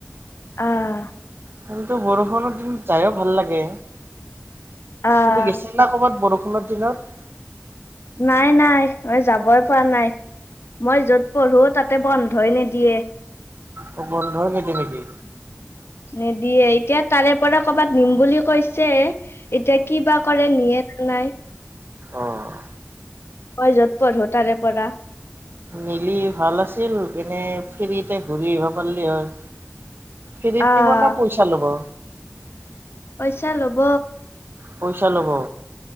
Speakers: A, on the left (about 70°); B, on the right (about 55°).
A: আহ।
B: কিন্ত বৰষুণৰ দিন যায়ও ভাল লাগে।
A: আহ
B: তুমি গেছা না কৰ'বাত বৰষুণ। বৰষুণৰ দিনত?
A: নাই নাই, মই যাবই পৰা নাই মই য'ত পঢ়ো তাতে বন্ধই নিদিয়ে।
B: অ বন্ধ নিদিয়ে নেকি
A: নিদিয়ে, এতিয়া তাৰে পৰা কৰ'বাত নিম বুলি কৈছে। এতিয়া কি বা কৰে নিয়ে। নাই।
B: অঁ।
A: মই য'ত পঢ়ো তাৰে পৰা।
B: নিলি ভাল আছিল এনে ফেৰিতে ঘূৰি আহিব পাৰিলে হয়। ফেৰিত
A: আহ
B: নিব নে পইচা লব।
A: পইচা লব।
B: পইচা ল'ব।